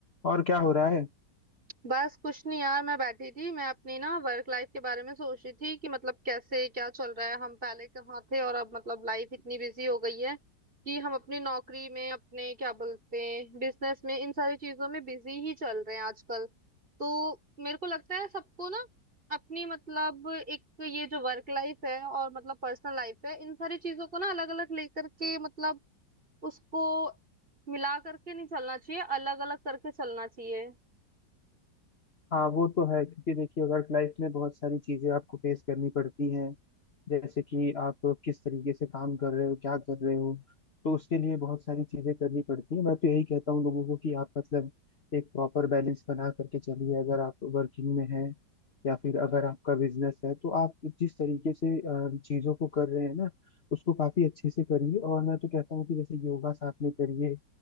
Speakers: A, on the left; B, on the right.
A: और क्या हो रहा है
B: बस कुछ नहीं यार मैं बैठी थी मैं अपनी ना वर्क लाइफ के बारे में सोच रही थी कि मतलब कैसे क्या चल रहा है हम पहले कहाँ थे और अब मतलब लाइफ इतनी बिजी हो गई है कि हम अपनी नौकरी में अपने क्या बोलते हैं बिजनेस में इन सारी चीजों में बिजी ही चल रहे हैं आजकल तो मेरे को लगता है सबको ना अपनी मतलब एक ये जो वर्क लाइफ है और मतलब पर्सनल लाइफ है इन सारी चीजों को ना अलग अलग लेकर के मतलब उसको मिला करके नहीं चलना चाहिए अलग अलग करके चलना चाहिए
A: हाँ वो तो है क्योंकि देखिए वर्क लाइफ में बहुत सारी चीजें आपको फेस करनी पड़ती हैं जैसे कि आप किस तरीके से काम कर रहे हो क्या कर रहे हो तो उसके लिए बहुत सारी चीजें करनी पड़ती हैं मैं तो यही कहता हूँ लोगों को कि आप मतलब एक प्रॉपर बैलेंस बना करके चलिए अगर आप वर्किंग में हैं या फिर अगर आपका बिजनेस है तो आप जिस तरीके से अ, चीजों को कर रहे हैं ना उसको काफी अच्छे से करिए और मैं तो कहता हूँ कि जैसे योगा साथ में करिए